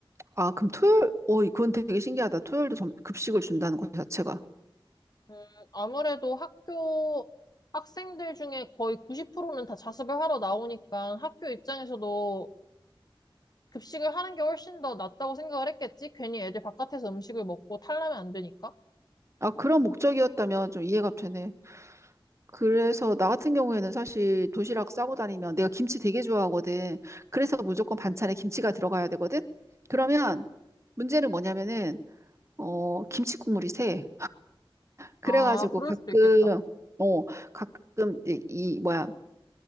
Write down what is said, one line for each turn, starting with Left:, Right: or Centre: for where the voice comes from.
Right: 아, 그럼 토요일, 어, 그건 되게 신기하다. 토요일도 점- 급식을 준다는 것 자체가.
Left: 음, 아무래도 학교 학생들 중에 거의 90%는 다 자습을 하러 나오니까 학교 입장에서도 급식을 하는 게 훨씬 더 낫다고 생각을 했겠지? 괜히 애들 바깥에서 음식을 먹고 탈라면 안 되니까.
Right: 아, 그런 목적이었다면 좀 이해가 되네. 그래서 나 같은 경우에는 사실 도시락 싸고 다니면 내가 김치 되게 좋아하거든. 그래서 무조건 반찬에 김치가 들어가야 되거든. 그러면 문제는 뭐냐면은, 어, 김치 국물이 새. 그래가지고
Left: 아, 그럴
Right: 가끔,
Left: 수도 있겠다.
Right: 어, 가끔 이제 이, 뭐야,